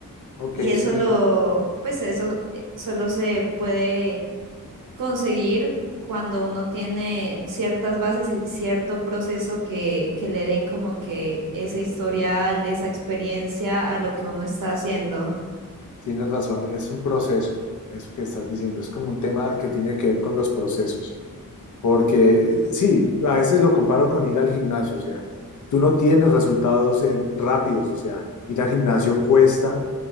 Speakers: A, on the left; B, on the right.
A: Ok,
B: Y eso
A: sí,
B: lo, pues eso eh, solo se puede conseguir cuando uno tiene ciertas bases y cierto proceso que, que le den como que ese historial, esa experiencia a lo que uno está haciendo.
A: tienes razón, es un proceso, eso que estás diciendo, es como un tema que tiene que ver con los procesos, porque eh, sí, a veces lo comparo con ir al gimnasio, o sea, tú no tienes resultados eh, rápidos, o sea, ir al gimnasio cuesta